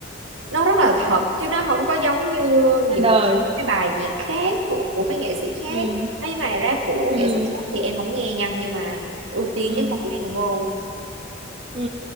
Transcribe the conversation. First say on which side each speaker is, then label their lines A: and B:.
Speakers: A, on the right; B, on the right.
A: nó rất là
B: Ừ,
A: thật chứ nó không có giống như
B: Thế
A: những
B: đời.
A: cái bài nhạc khác của của mấy nghệ sĩ khác
B: Ừ,
A: mấy bài rap của
B: ừ,
A: nghệ sĩ khác thì em không nghe nha nhưng mà ưu tiên
B: ừ,
A: nhất là của Đen Vâu
B: ừ.